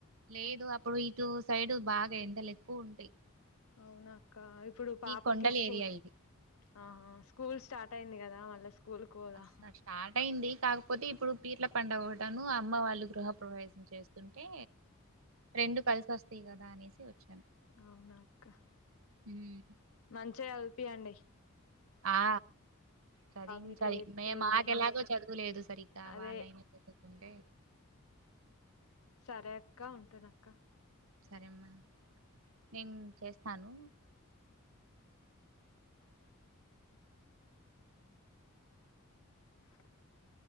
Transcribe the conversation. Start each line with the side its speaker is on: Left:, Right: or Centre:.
Right: లేదు అప్పుడు ఇటు సైడ్ బాగా ఎండలు ఎక్కువ ఉంటాయి,
Left: అవునా అక్క ఇప్పుడు పాపకి
Right: కొండల
Left: స్కూల్
Right: ఏరియా ఇది.
Left: ఆహా స్కూల్ స్టార్ట్ స్టార్ట్ అయింది కదా మాల్ల స్కూల్ కు పోదా
Right: అట్లా స్టార్ట్ అయింది, కాకపోతే ఇప్పుడు పీర్ల పండగ ఒకటను, అమ్మ వాళ్ళు గృహ ప్రవేశ చేస్తుంటే రెండు కలిసి వస్తాయి, కదా అనేసి వచ్చి
Left: అవునా అక్క
Right: మ్మ్
Left: మంచిగా చదువుపియండి
Right: ఆ చదివించాలి
Left: గిట్ల చేత్తది
Right: మే మాకు
Left: ఏదన్నా
Right: ఎలాగో చదువులేదు సరిగ్గా
Left: అదే
Right: వాళ్ళైనా చదువుకుంటే
Left: <unintelligible> సరే అక్క ఉంటున అక్క
Right: సరే అమ్మా నేను చేస్తాను,
Left: <unintelligible>